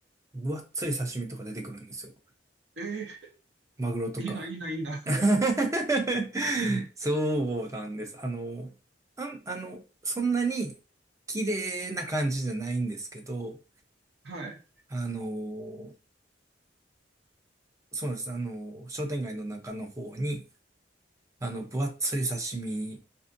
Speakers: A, on the right; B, on the right.
A: 分厚い刺身とか出てくるんですよ。
B: え
A: マグロとか。
B: え、いいな、いいな、いいな。
A: <laughs> そうなんです。あの、あん、あの、そんなに綺麗な感じじゃないんですけど、
B: <laughs> はい。
A: あの、そうなんです。あの、商店街の中の方に、あの、分厚い刺身、